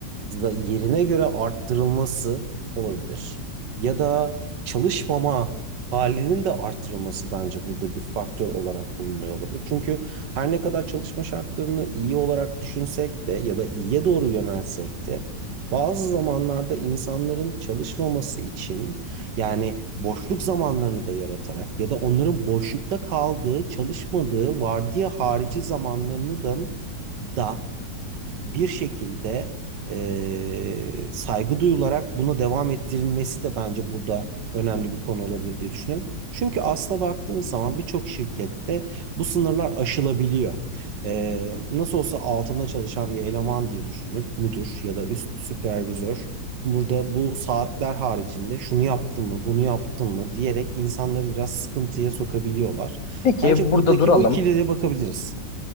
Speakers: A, on the right (about 75°); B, on the left (about 55°).
A: yerine göre arttırılması olabilir. Ya da çalışmama halinin de artırılması bence burada bir faktör olarak bulunuyor olabilir. Çünkü her ne kadar çalışma şartlarını iyi olarak düşünsek de ya da iyiye doğru yönelsek de bazı zamanlarda insanların çalışmaması için yani boşluk zamanlarını da yaratarak ya da onların boşlukta kaldığı, çalışmadığı, vardiya harici zamanlarını da da bir şekilde e, saygı duyularak buna devam ettirilmesi de bence burada önemli bir konu olabilir diye düşünüyorum. Çünkü asla baktığınız zaman birçok şirkette bu sınırlar aşılabiliyor. E, nasıl olsa altında çalışan bir eleman diye düşünüp müdür ya da üst süpervizör burada bu saatler haricinde şunu yaptın mı, bunu yaptın mı diyerek insanları biraz sıkıntıya sokabiliyorlar.
B: Peki
A: Bence
B: burada
A: buradaki
B: duralım.
A: bu ikiliye de bakabiliriz.